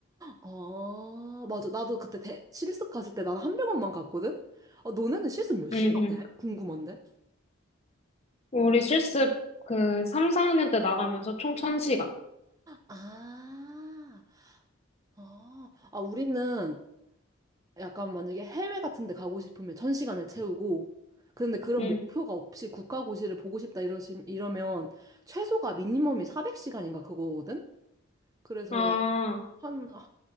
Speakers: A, on the right; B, on the left.
A: 어, 맞아. 나도 그때 대, 실습 갔을 때 나는 한 병원만 갔거든? 아, 너네는 실습 몇 시간
B: 응, 응.
A: 해? 궁금한데?
B: 우리 실습 그 3, 4학년 때 나가면서 총 천 시간
A: 아, 어. 아, 우리는 약간 만약에 해외 같은 데 가고 싶으면 천 시간을 채우고 그런데 그런
B: 응.
A: 목표가 없이 국가고시를 보고 싶다 이러시, 이러면 최소가 미니멈이 400시간인가 그거거든? 그래서
B: 아,
A: 한 아,